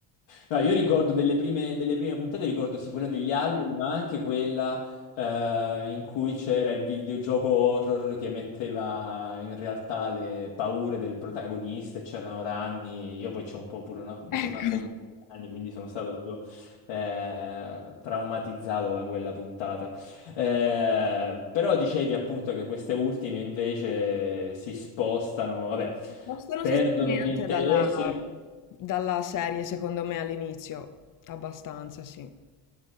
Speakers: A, on the left (about 70°); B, on the left (about 45°).
A: No, io ricordo delle prime, delle prime puntate, ricordo sì quella degli alberi, ma anche quella eh, in cui c'era il videogioco horror che metteva in realtà le paure del protagonista e c'erano ranni. Io poi c'ho un po' pure una,
B: <laughs>
A: un
B: Ecco.
A: po' una fobia di ranni, quindi sono stato proprio eh, traumatizzato da quella puntata. Eh, però dicevi appunto che queste ultime invece si spostano, vabbè,
B: Spostano
A: perdono
B: sostanzialmente
A: di interesse.
B: dalla, dalla serie, secondo me, all'inizio, abbastanza, sì.